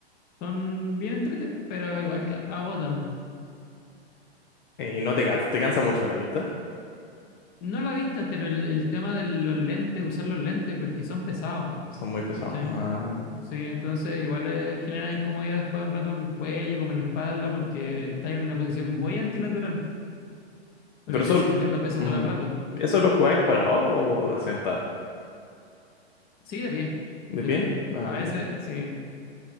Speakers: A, on the left (about 30°); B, on the left (about 50°).
A: Son bien entrete, pero igual que agotan.
B: eh, y no te cansa, te cansa mucho la vista.
A: No la vista, pero el, el tema de los lentes, usar los lentes, porque son pesados.
B: Son muy pesados.
A: ¿cachai?
B: Ah,
A: Sí, entonces igual eh, genera incomodidad después de un rato en el cuello, como en la espalda, porque estáis en una posición muy antinatural, porque
B: pero
A: estáis
B: eso,
A: sosteniendo peso
B: mm,
A: todo el rato.
B: ¿eso lo jugáis parado o de sentado?
A: Sí, de pie,
B: ¿De
A: de
B: pie?
A: pie.
B: Ah,
A: A veces,
B: ya.
A: sí.